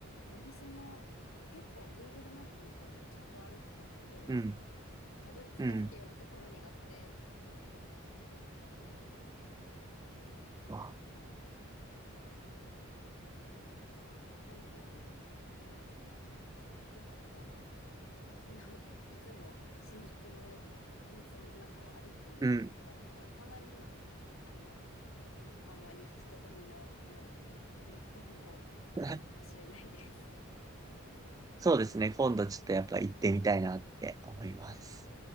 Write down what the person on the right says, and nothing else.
うん、
うん。
あ
うん。
<laughs> そうですね。今度ちょっとやっぱ行ってみたいなって思います。